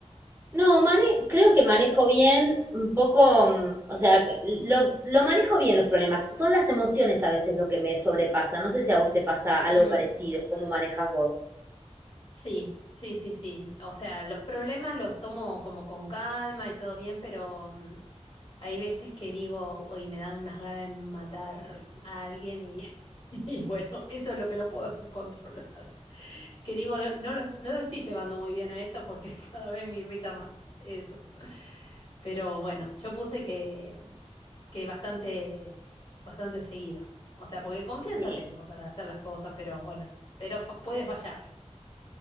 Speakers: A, on the right; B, on the left.
A: no, mane- creo que manejo bien un poco, mm, o sea, que lo, lo manejo bien los problemas. Son las emociones a veces lo que me sobrepasa. No sé si a vos te pasa algo
B: Mm,
A: parecido, cómo manejas vos.
B: sí, sí, sí, sí. O sea, los problemas los tomo como con calma y todo bien, pero mm, hay veces que digo, hoy me dan unas ganas de matar a alguien y, <laughs> y bueno, eso es lo que no puedo <laughs> controlar. Que digo, no, no lo, no lo estoy llevando muy bien a esto porque <laughs> cada vez me irrita más. Eso. Pero bueno, yo puse que que bastante, bastante seguido. O sea, porque confianza
A: Sí,
B: tengo para hacer las cosas, pero bueno, pero fa- puede fallar.